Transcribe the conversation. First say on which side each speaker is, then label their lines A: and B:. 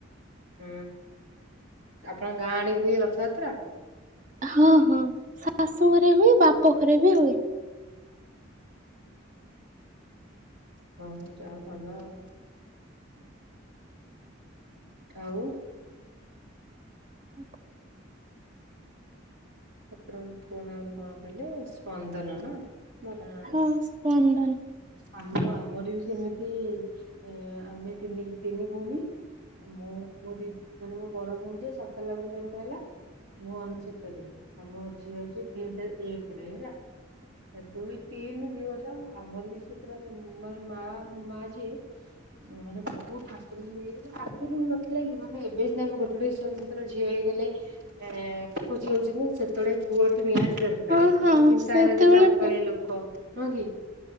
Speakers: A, on the right; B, on the right.
A: ହୁଁ ଆପଣଙ୍କ ଗାଁ ଆଡେ ହୁଏ ରଥଯାତ୍ରା।
B: ହଁ ହଁ ଶାଶୁ ଘରେ ହୁଏ ବାପ ଘରେ ବି ହୁଏ।
A: ଓ ହୋ ଯାହଉ ଭଲ ଆଉ। ଆଉ
B: ଅକ୍
A: ଆପଣଙ୍କ ପୁଅ ନାଆ ଏଯୋଉ କଣ କହିଲେ ସ୍ପନ୍ଦନ ନା ଭଲ
B: ହଁ
A: ନାଁ ଟା
B: ସ୍ପନ୍
A: ଆମ ଆମର ବି ସେମିତି ଅଁ ଆମେ ତିନି ତିନି ଭଉଣୀ ମୁଁ ମୋ ଦିଦ ମାନେ ମୋ ବଡ ଭଉଣୀ ଯିଏ ସତ ଲକରେ ଜନ୍ମ ହେଲା ମୁଁ ଅନେଶତରେ ଆଉ ମୋ ଝିଅ ଯିଏ ଦି ହଜାର ଏକରେ ହେଲା। ଦୁଇ ତିନି ଦିବର୍ଷ। ଆମର ବି ସେ ପୁରା ମୋ ମା ମା ମୋ ମା ଯିଏ ମାନେ ବହୁତ ଠାକୁର ଯିଏ ଆଗରୁ ନଥିଲା କି ମାନେ ଏବେ ସିନା ଆମେ ଗୋଟୁଦେଜ ସବୁ ଝିଅ ହେଇ। ହେଲେ ଏଁ ଖୋଜିଅକୁଯିବୁ ସେତେବେଳେ ପୁଅ ତ ନିହାତି ଦରକାରୀ
B: ହଁ
A: ତାଙ୍କ
B: ହଁ
A: ଚିନ୍ତାରହିଯାଇଛି
B: ସେତେବେଳେ
A: ଆଗକାଲଳିଆ ଲୋକ ନୁହଁ କି